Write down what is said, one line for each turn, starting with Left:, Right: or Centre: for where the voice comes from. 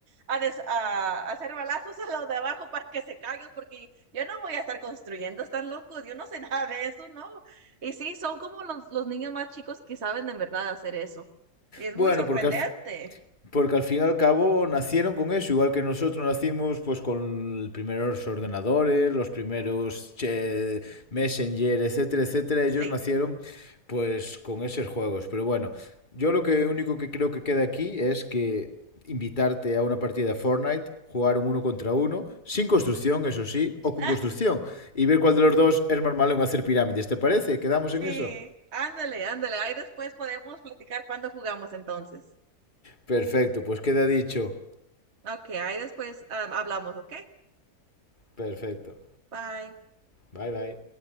Right: a des- a hacer balazos a los de abajo para que se caigan, porque yo no voy a estar construyendo, están locos, yo no sé <laughs> nada de eso, ¿no? Y sí, son como los, los niños más chicos que saben de verdad hacer eso. Y es
Left: Bueno,
Right: muy sorprendente.
Left: porque Porque al fin y al cabo nacieron con eso, igual que nosotros nacimos pues con los primeros ordenadores, los primeros che, Messenger, etcétera, etcétera. Ellos
Right: Sí,
Left: nacieron pues con esos juegos. Pero bueno, yo lo que único que creo que queda aquí es que invitarte a una partida de Fortnite, jugar un uno contra uno, sin construcción, eso sí, o
Right: <laughs>
Left: con construcción, y ver cuál de los dos es más malo en hacer pirámides. ¿Te parece? ¿Quedamos
Right: sí,
Left: en eso?
Right: ándale, ándale, ahí después podemos platicar cuando jugamos entonces.
Left: Perfecto, pues queda dicho.
Right: Ok, ahí después ah, hablamos, ¿ok?
Left: Perfecto.
Right: Bye.
Left: Bye bye.